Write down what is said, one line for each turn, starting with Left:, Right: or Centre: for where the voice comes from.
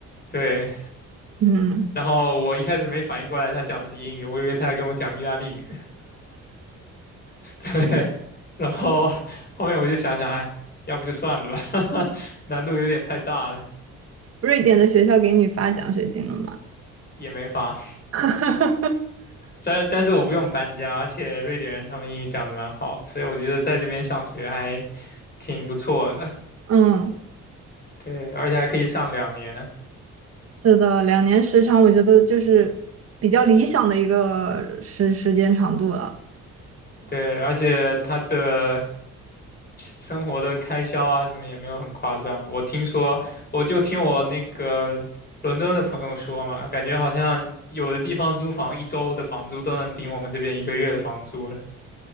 Left: 对，
Right: 嗯，
Left: 然后我一开始没反应过来他讲的是英语，我以为他在跟我讲意大利语。<laughs> 对，然后后面我就想想，哎，要不就算了吧，<laughs> 难度有点太大了，
Right: 瑞典的学校给你发奖学金了吗？
Left: 也没法。
Right: <laughs> 哈哈哈，
Left: 但但是我不用搬家，而且瑞典人他们英语讲的蛮好的所以我觉得在这边上学还挺不错的。
Right: 嗯，
Left: 对，而且还可以上两年。
Right: 是的，两年时长，我觉得就是比较理想的一个时时间长度了。
Left: 对，而且他的生活的开销啊，什么也没有很夸张。我听说，我就听我那个伦敦的朋友说嘛，感觉好像有的地方租房一周的房租都能顶我们这边一个月的房租了。